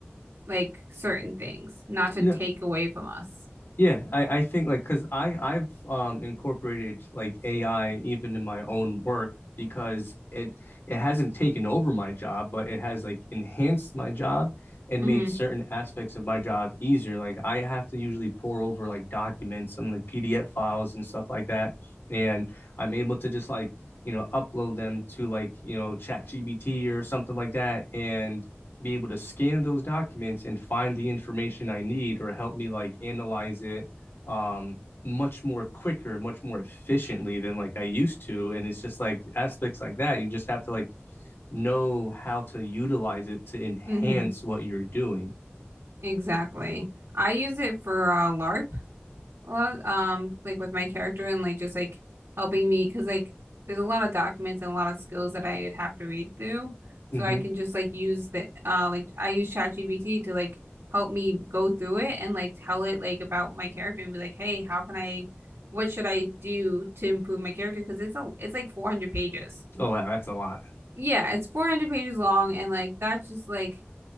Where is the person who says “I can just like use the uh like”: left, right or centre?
Right